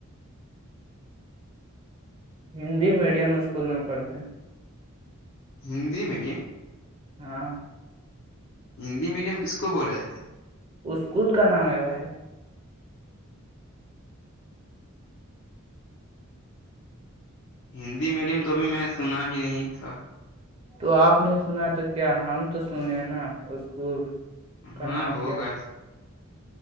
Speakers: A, on the right (about 30°); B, on the left (about 60°).
A: ہندی میڈیم اسکول میں پڑھتے ہیں
B: ہندی میڈیم
A: ہاں
B: ہندی میڈیم کس کو بولا جاتا ہے
A: اسکول کا نام ہے بھائی
B: ہندی میڈیم تو بھی میں سنا ہی نہیں تھا
A: تو آپ نے سنا تو کیا ہم تو سنے نا اسکول
B: ہاں
A: کا نام
B: ہوگا
A: کیا